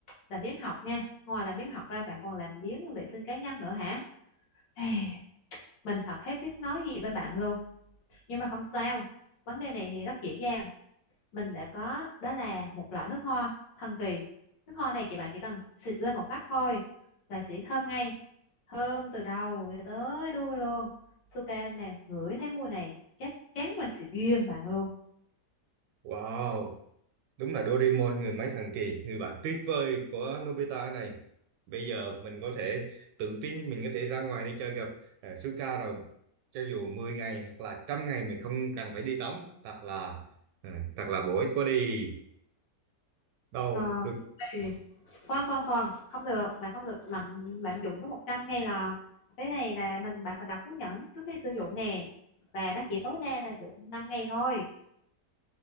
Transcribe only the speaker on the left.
làm biếng học nha ngoài làm biếng học ra bạn còn làm biếng vệ sinh cá nhân nữa hả Ê, mình thật hết biết nói gì với bạn luôn nhưng mà không sao vấn đề này thì rất dễ dàng mình đã có đó là một loại nước hoa thần kỳ nước hoa này thì bạn chỉ cần xịt lên một phát thôi là sẽ thơm ngay thơm từ đầu cho tới đuôi luôn Suka mà ngửi thấy mùi này chắc chắn là sẽ ghiền bạn luôn
Ờ,
ê, khoan khoan khoan không được bạn không được lạm lạm dụng tới 100 ngay là cái này là mình bạn phải đọc hướng dẫn trước khi sử dụng nè và nó chỉ tối đa là được 5 ngày thôi